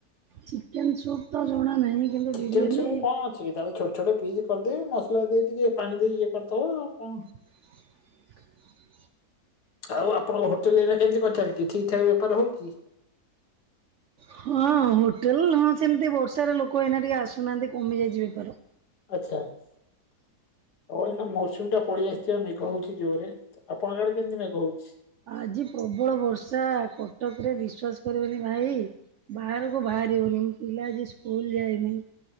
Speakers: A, on the right; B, on the left.
A: ଚିକେନ ସୁପ୍ ତ ଜଣା ନାହିଁ। କିନ୍ତୁ
B: ଚିକେନ
A: ବିରିୟାନୀ
B: ସବୁ କ'ଣ ଅଛି କି ତାକୁ ଛୋଟ ଛୋଟ ପିସ୍ କରିଦେବି ମସଲା ଦେଇ ଟିକେ ପାଣି ଦେଇ ଇଏ କରି ଦେବ କ'ଣ
A: <inaudible>
B: ଆଉ ଆପଣଙ୍କ ହୋଟେଲ ଏଇନା କେମତି କ'ଣ ଚାଲିଛି ଠିକ୍ ଠାକ୍ ବେପାର ହଉଛି?
A: ହଁ, ହୋଟେଲ ହଁ ସେମିତି ବର୍ଷାରେ ଲୋକ ଏଇନା ଟିକେ ଆସୁନାହାନ୍ତି କମି ଯାଇଛି ବେପାର।
B: ଆଛା ହଁ, ଏଇନା ମୌସୁମୀ ଟା ପଳେଇ ଆସିଥିବା ମେଘ ହଉଛି ଜୋରରେ। ତ ଆପଣଙ୍କ ଆଡେ କେମିତି ମେଘ ହଉଛି?
A: ଆଜି ପ୍ରବଳ ବର୍ଷା କଟକରେ ବିଶ୍ୱାସ କରିବେନି ଭାଇ ବାହାରକୁ ବାହାରିି ହଉନି। ପିଲା ଆଜି ସ୍କୁଲ ଯାଇନି,